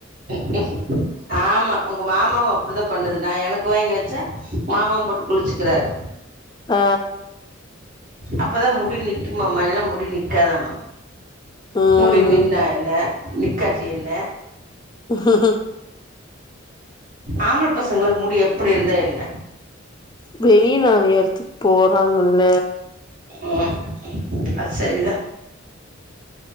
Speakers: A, on the right (about 45°); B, on the left (about 20°).
A: மக்கும் ஆமா உங்க மாமாவு அப்டிதா பண்ணுது நா எனக்கு வாங்கி வச்சா மாமாவு போட்டு குளிச்சுக்கிறாரு
B: ஆ
A: அப்பதா முடி நிக்குமாம்மா இல்லன்னா முடி நிக்காதாமா
B: ம்
A: முடி நின்னா என்ன நிக்காட்டி என்ன
B: ஹுஹும்
A: ஆம்பள பசங்களுக்கு முடி எப்டி இருந்தா என்ன
B: வெளிய நாலு எடத்துக்கு போறாங்கல்ல
A: ம்ம் அது சரிதா